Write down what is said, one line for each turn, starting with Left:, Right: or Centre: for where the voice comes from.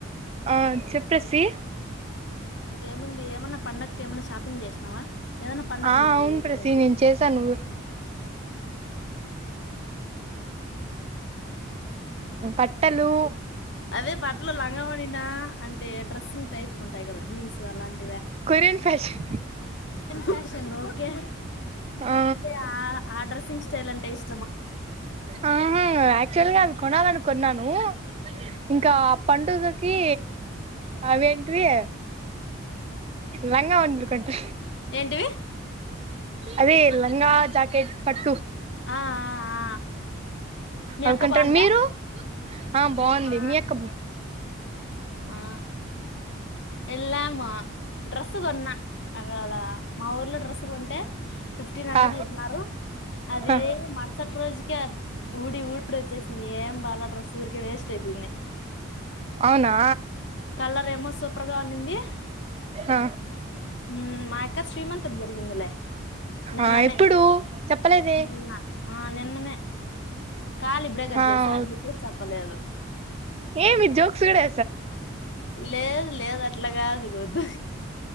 Right: ఆ చెప్పేసి
Left: ఇంకేముంది ఏమన పండగకి ఏమన్నా షాపింగ్ జేష్నవా ఏదైనా పండగ
Right: ఆ
Left: ఉందా
Right: అవును
Left: మీ ఊర్లో
Right: ప్రసి నేను చేశాను బట్ తళ్ళు
Left: అదే బట్లు లంగ వోనీనా అంటే డ్రెస్సింగ్ టైప్లు ఉంటాయి కదా జీన్స్ అలాంటి
Right: కోరియన్ ఫ్యాషన్
Left: ఫ్యాషన్లు ఓకే
Right: ఆ
Left: అంటే ఆ ఆ డ్రస్సింగ్స్ స్ట్ చేలాంటే ఇష్
Right: ఆ యాక్టచుగల్ గా అవి కొనాలనుకు కొన్నాను ఇంకా పండుగ కీ అవి ఎంటీవీ లంగా వుంది కట్టు
Left: ఏంటివి
Right: అదే లంగా జాకెట్ పట్టు
Left: ఆ ఆ మీ
Right: అవి
Left: అక్క
Right: కొంటారు
Left: బాగుందా
Right: మీరు ఆ బాంది
Left: మేమా
Right: మీ అక్క
Left: ఆ వెళ్ళాం డ్రెస్ కొన్నా అక్కడ మా ఊర్లో డ్రెస్ కొ అవి ఫిఫ్టీన్ హండ్రెడ్
Right: ఆ
Left: చెప్పినారు అది
Right: ఆ
Left: మరుసటి రోజుకే ఊరికే ఊడి ఊడి వచ్చేసింది ఏం బాల డ్రస్ ఊరికే వేస్ట్ అయిపోయింది
Right: అవునా
Left: కలర్ ఏమో సూపర్ గా ఉన్నింది
Right: ఆ
Left: హు మాయక్కశ్రీమంతం జరిగిందలే నిన్ననే
Right: ఆ ఎప్పుడు చెప్పలేదే
Left: నిన్న ఆ నిన్ననేే కాల్ ఇప్పుడే కట్
Right: ఆ
Left: చేసా
Right: ఓ
Left: అందుకే చెప్పలేదు
Right: ఏమి జోక్సుూడే
Left: లేదు లేదు అట్లా గాదు గోద్దు